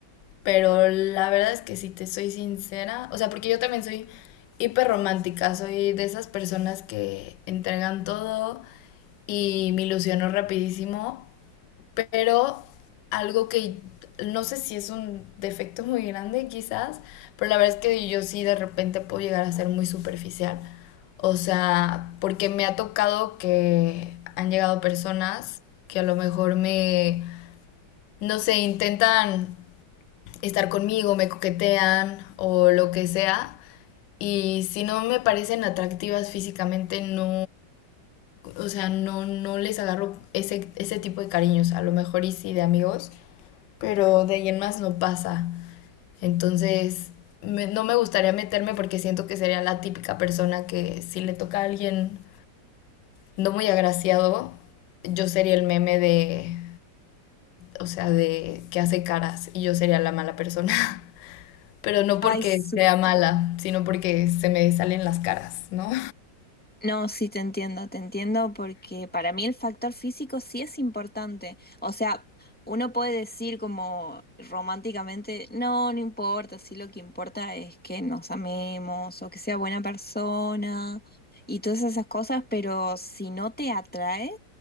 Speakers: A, on the left; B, in the centre.
A: pero la verdad es que si te soy sincera, o sea, porque yo también soy hiperromántica, soy de esas personas que entregan todo y me ilusionó rapidísimo, pero algo que no sé si es un defecto muy grande quizás, pero la verdad es que yo sí de repente puedo llegar a ser muy superficial. O sea, porque me ha tocado que han llegado personas que a lo mejor me, no sé, intentan estar conmigo, me coquetean o lo que sea. Y si no me parecen atractivas físicamente, no, o sea, no, no les agarro ese, ese tipo de cariños, a lo mejor y sí de amigos pero de ahí en más no pasa. Entonces, me- no me gustaría meterme porque siento que sería la típica persona que si le toca a alguien no muy agraciado, yo sería el meme de, o sea, de que hace caras y yo sería la mala persona. <laughs> Pero no
B: Ay,
A: porque
B: sí.
A: sea mala, sino porque se me salen las caras, ¿no?
B: No, sí te entiendo, te entiendo porque para mí el factor físico sí es importante. O sea, uno puede decir como románticamente, no, no importa, sí lo que importa es que nos amemos o que sea buena persona y todas esas cosas, pero si no te atrae,